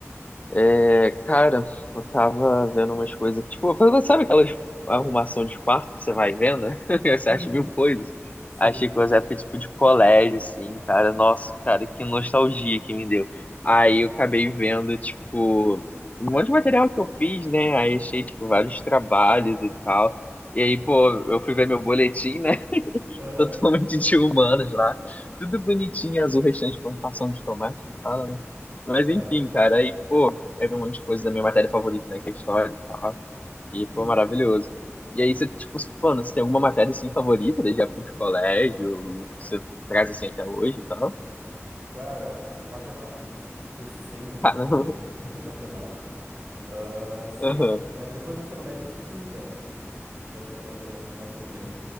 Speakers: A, on the left (about 30°); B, on the right (about 50°).
A: É, cara, eu tava vendo umas coisas que, tipo, sabe aquelas arrumação de quarto que você vai vendo? <laughs> Você
B: Uhum.
A: acha mil coisas.
B: Sim.
A: Achei coisa época, tipo, de colégio, assim, cara. Nossa, cara, que nostalgia que me deu.
B: Ah.
A: Aí eu acabei vendo, tipo, um monte de material que eu fiz, né? Aí achei, tipo, vários trabalhos e tal. E aí, pô, eu fui ver meu boletim, né? <laughs>
B: Aham.
A: totalmente de humanos lá. Tudo bonitinho, azul, restante de plantação de tomate que fala, né? Mas
B: Aham.
A: enfim, cara, aí, pô, eu um monte de coisa da minha matéria favorita, né? Que é história e tal.
B: Sim.
A: E foi maravilhoso. E aí você, tipo, mano, você tem alguma matéria assim favorita desde a época de colégio? Você traz assim até hoje e tal?
B: Cara, matemática. Eu sempre fui
A: <laughs> Caramba.
B: muito bem <laughs> em matemática. Ah, ciências,
A: Aham.
B: né? Depois do ensino médio, física, né? Foi a matéria que eu, que eu mais fui bem.